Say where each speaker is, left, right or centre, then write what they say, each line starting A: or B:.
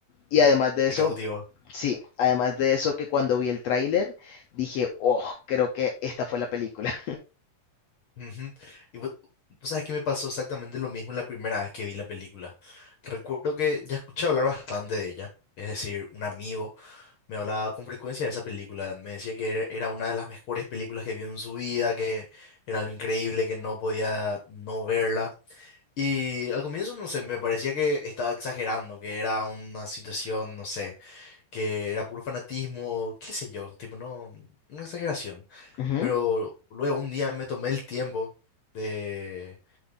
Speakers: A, on the left (about 80°); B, on the left (about 65°).
A: Y además de
B: te
A: eso,
B: cautivó.
A: sí, además de eso que cuando vi el tráiler dije, oh, creo que esta fue la película.
B: Ujú. Y vos, vos sabes que me pasó exactamente lo mismo la primera vez que vi la película. Recuerdo que ya escuché hablar bastante de ella. Es decir, un amigo me hablaba con frecuencia de esa película. Me decía que era era una de las mejores películas que vio en su vida, que era algo increíble, que no podía no verla. Y al comienzo, no sé, me parecía que estaba exagerando, que era una situación, no sé que era puro fanatismo, qué sé yo, tipo, no, una exageración.
A: <laughs> Ujú.
B: Pero luego un día me tomé el tiempo de